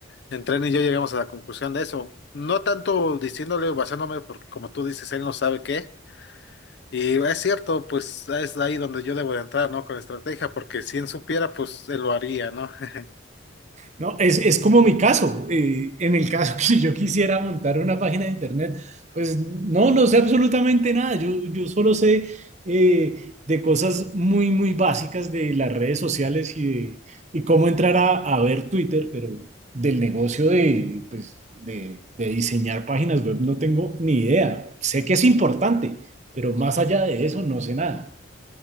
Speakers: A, on the left; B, on the right.
A: entre él y yo llegamos a la conclusión de eso. No tanto diciéndole o basándome, porque como tú dices, él no sabe qué. Y es cierto, pues es ahí donde yo debo de entrar, ¿no? Con estrategia, porque si él supiera, pues él lo haría, ¿no? <laughs>
B: No, es, es como mi caso. eh, en el caso <laughs> que yo quisiera montar una página de internet, pues no, no sé absolutamente nada. Yo, yo solo sé eh, de cosas muy, muy básicas de las redes sociales y, de, y cómo entrar a, a ver Twitter, pero del negocio de, pues, de, de diseñar páginas web no tengo ni idea. Sé que es importante, pero más allá de eso no sé nada.